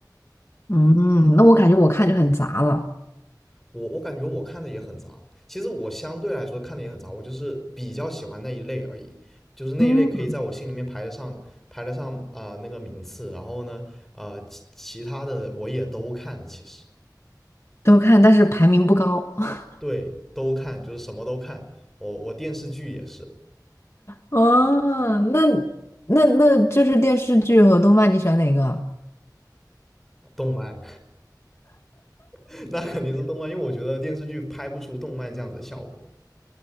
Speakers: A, on the left (about 40°); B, in the centre.
A: 嗯，那我感觉我看就很杂了，
B: 我我感觉我看的也很杂，其实我相对来说看的也很杂，我就是比较喜欢那一类而已，就是那一类可以在我心里面排得上排得上啊、
A: 嗯，
B: 呃那个名次，然后呢，呃其其他的我也都看，其实
A: 都看，但是排名不高。<laughs>
B: 对都看，就是什么都看，我我电视剧也是的
A: 啊，那那那就是电视剧和动漫，你喜欢哪个？
B: 动漫 <laughs> 那肯定是动漫，因为我觉得电视剧拍不出动漫这样子的效果，